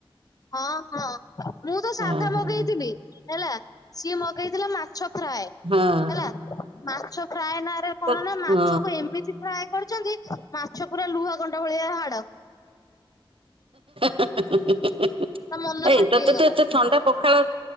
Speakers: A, on the left (about 40°); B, on the right (about 75°).
A: ହଁ ହଁ। ମୁଁ ତ
B: ହଁ
A: ସାଧା
B: ହଁ
A: ମଗେଇଥିଲି ହେଲା। ସିଏ ମଗେଇଥିଲା ମାଛ ଫ୍ରାଏ
B: ହଁ
A: ହେଲା ମା ଫ୍ରାଏ ନାଁରେ
B: ତ
A: କଣ ନା ମାଛକୁ
B: ହଁ।
A: ଏମିତି ଫ୍ରାଏ କରୁଛନ୍ତି ମାଛ ପୁରା ଲୁହା କଣ୍ଡା ଭଳିଆ ହାଡ।
B: <unintelligible>
A: ତା ମନ
B: ଏଇ
A: ଶାନ୍ତି
B: ତତେ
A: ହେଇଗଲା
B: ତ ଏତେ ଥଣ୍ଡା ପଖାଳ